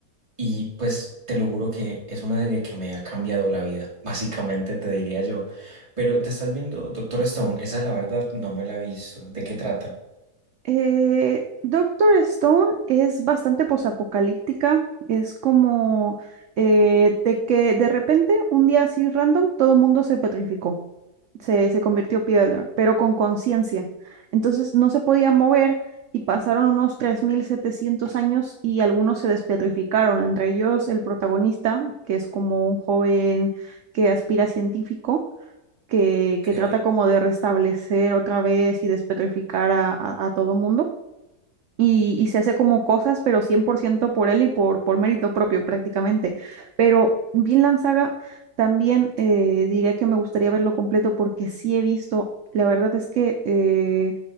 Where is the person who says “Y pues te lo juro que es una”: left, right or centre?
Right